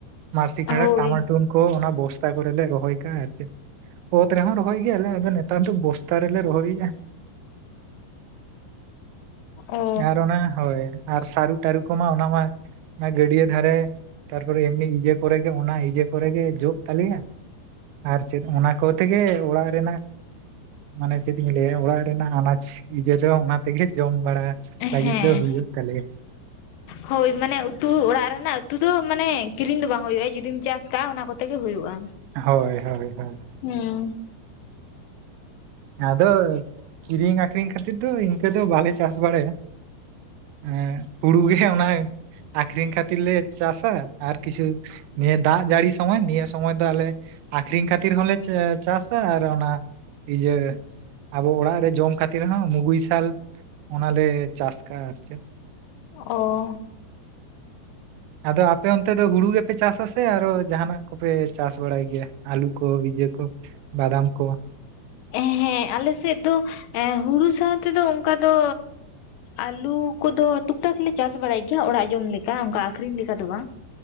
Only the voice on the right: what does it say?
ᱢᱟᱨᱥᱤ ᱠᱷᱟᱰᱟ
ᱴᱟᱢᱟᱴᱩᱱ᱾ ᱠᱚ ᱚᱱᱟ ᱵᱚᱥᱛᱟ ᱠᱚᱨᱮ ᱞᱮ ᱨᱚᱦᱚᱭ ᱠᱟᱜ-ᱟ ᱟᱨ ᱪᱮᱫ? ᱚᱛ ᱨᱮᱦᱚᱸ ᱨᱚᱦᱚᱭ ᱜᱮᱭᱟᱞᱮ ᱟᱫᱚ ᱱᱮᱛᱟᱨ ᱫᱚ ᱵᱚᱥᱛᱟ ᱨᱮᱞᱮ ᱨᱚᱦᱚᱭ ᱮᱜ-ᱟ᱾
ᱟᱨ ᱚᱱᱟ ᱦᱳᱭ, ᱟᱨ ᱥᱟᱹᱨᱩ ᱴᱟᱺᱨᱩ ᱠᱚᱢᱟ ᱚᱱᱟ ᱢᱟ, ᱚᱱᱟ ᱜᱟᱹᱰᱭᱟᱹ ᱫᱷᱟᱨᱮ ᱛᱟᱨᱯᱚᱨᱮ ᱮᱢᱱᱤ ᱤᱭᱟᱹ ᱠᱚᱨᱮᱜᱮ ᱚᱱᱟ ᱤᱭᱟᱹ ᱠᱚᱨᱮ ᱜᱮ ᱡᱚᱜ ᱛᱟᱞᱮᱭᱟ᱾ ᱟᱨ ᱪᱮᱫ ᱚᱱᱟ ᱠᱚ ᱛᱮᱜᱮ ᱚᱲᱟᱜ ᱨᱮᱱᱟᱜ᱾ ᱢᱟᱱᱮ ᱪᱮᱫ ᱤᱧ ᱞᱟᱹᱭᱟ ᱚᱲᱟᱜ ᱨᱮᱱᱟᱜ ᱟᱱᱟᱪ ᱤᱭᱟᱹ ᱫᱚ ᱚᱱᱟᱛᱮᱜᱮ ᱡᱚᱢ ᱵᱟᱲᱟ ᱞᱟᱹᱜᱤᱫ
ᱫᱚ ᱦᱩᱭᱩᱜ ᱛᱟᱞᱮᱭᱟ
ᱦᱚᱭ ᱦᱚᱭ ᱦᱚᱭ᱾
ᱟᱫᱚ ᱠᱤ. ᱨᱤᱧ ᱟ. ᱠᱷᱨᱤᱧ ᱠᱷᱟᱹᱛᱤᱨ ᱫᱚ ᱤᱱᱠᱟᱹ ᱫᱚ ᱵᱟᱞᱮ ᱪᱟᱥ ᱵᱟᱲᱟᱭᱟ᱾ ᱮᱸᱜ ᱦᱩᱲᱩ ᱜᱮ ᱚᱱᱟ, ᱟᱠᱷᱨᱤᱧ ᱠᱷᱟᱛᱤᱨ ᱞᱮ ᱪᱟᱥ ᱟ ᱟᱨ ᱠᱤᱪᱷᱩ ᱱᱤᱭᱟᱹ ᱫᱟᱜ ᱡᱟᱹᱲᱤ ᱥᱚᱢᱚᱭ ᱱᱤᱭᱟᱹ, ᱥᱚᱢᱚᱭ ᱫᱚ ᱟᱞᱮ ᱟᱠᱷᱨᱤᱧ ᱠᱷᱟᱛᱤᱨ ᱦᱚᱸᱞᱮ ᱪᱟᱥᱟ ᱟᱨ ᱚᱱᱟ ᱤᱭᱟᱹ ᱟᱵᱚ ᱚᱲᱟᱜ ᱨᱮ ᱡᱚᱢ ᱠᱷᱟᱹᱛᱤᱨ ᱨᱮᱦᱚᱸ ᱱᱩᱵᱩᱭ ᱥᱟᱞ ᱚᱱᱟᱞᱮ ᱪᱟᱥ ᱠᱟᱜ-ᱟ ᱟᱨ ᱪᱮᱫ?
ᱟᱫᱚ ᱟᱯᱮ ᱚᱱᱛᱮ ᱫᱚ ᱦᱩᱲᱩ ᱜᱮᱯᱮ ᱪᱟᱥ ᱟ ᱥᱮ ᱟᱨᱦᱚ ᱡᱟᱦᱟᱱᱟᱜ ᱠᱚᱯᱮ ᱪᱟᱥ ᱵᱟᱲᱟᱭ ᱜᱮᱭᱟ ᱟᱞᱩ ᱠᱚ ᱤᱭᱟᱹ ᱠᱚ? ᱵᱟᱫᱟᱢ ᱠᱚ᱾